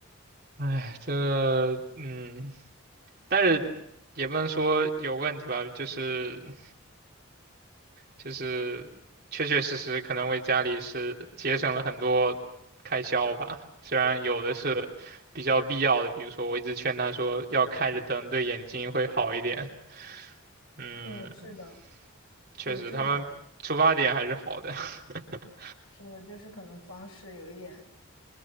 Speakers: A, on the right; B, on the left.
A: 哎，这个嗯，但是也不能说有问题吧，就是。就是确确实实可能为家里是节省了很多开销吧。虽然有的是比较必要的，比如说我一直劝他说要开着灯，对眼睛会好一点。嗯，
B: 对，是的，
A: 确实他们出发点还是好的，
B: 对这个
A: <laughs>
B: 是的，就是可能方式有一点，